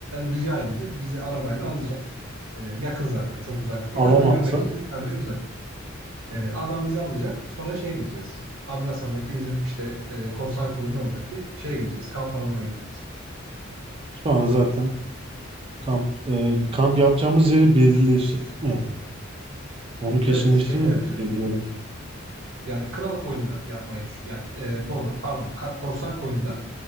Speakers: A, on the right (about 85°); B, on the right (about 25°).
A: rica edeceğiz. Bizi arabayla alacak. Ee, yakın zaten çok uzak değil
B: Alamazsa
A: ama yürümek için tabii uzak. Ee, adam bizi alacak. Sonra şeye gideceğiz. Adrasan'daki bizim işte e, Korsan Koyun'un oradaki şeye gideceğiz. Kamp alanına gideceğiz.
B: sonra zaten kamp e, kamp yapacağımız yeri belirleştirdik mi yani? Onu kesinleştirmedik
A: Evet şeyde yapacağız.
B: diye biliyorum.
A: Yani Kral Koyun'da yapmayı düşün. Yani, e, pardon, pardon Ka- Korsan Koyun'da